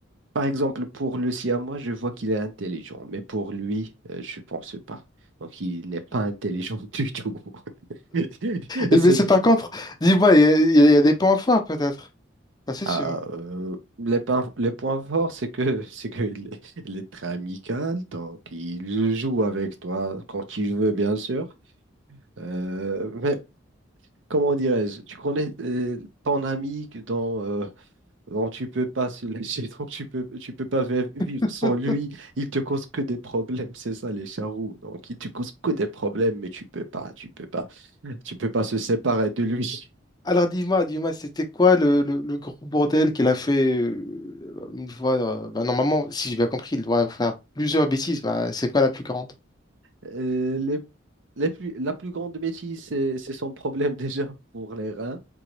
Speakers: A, on the right (about 75°); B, on the left (about 20°).
A: par exemple, pour le siamois, je vois qu'il est intelligent, mais pour lui, euh, je pense pas. Donc, il n'est pas intelligent <laughs> du tout. <laughs>
B: Eh
A: C'est-
B: bien, c'est par contre, dis-moi, il y, a il y a- il y a des points forts peut-être. Ah, c'est
A: Ah,
B: sûr.
A: euh, le point, le point fort, c'est que <laughs> c'est qu'il est, il est très amical, donc il joue avec toi quand il veut, bien sûr. Euh, mais comment dirais-je, tu connais euh, ton ami que dans, euh, Donc tu peux pas se lâcher, donc tu peux, tu peux pas vi- vivre
B: <laughs>
A: sans lui. Il te cause que des problèmes, c'est ça les charroux. Donc il te cause que des problèmes, mais tu peux pas, tu peux pas, tu peux pas se séparer de lui.
B: Alors dis-moi, dis-moi, c'était quoi le, le- le gros bordel qu'elle a fait euh, une fois euh, bah, Normalement, si j'ai bien compris, il doit faire plusieurs bêtises. Bah, c'est quoi la plus grande?
A: Euh, les- les plus- la plus grande bêtise, c'est c'est son problème déjà pour les reins.